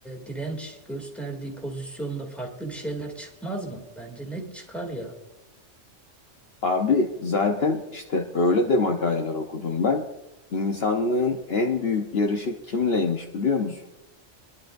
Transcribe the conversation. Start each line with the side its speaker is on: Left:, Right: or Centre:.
Centre: direnç gösterdiği pozisyonda farklı bir şeyler çıkmaz mı? Bence net çıkar ya.
Left: Abi zaten işte öyle de makaleler okudum ben. İnsanlığın en büyük yarışı kimleymiş biliyor musun?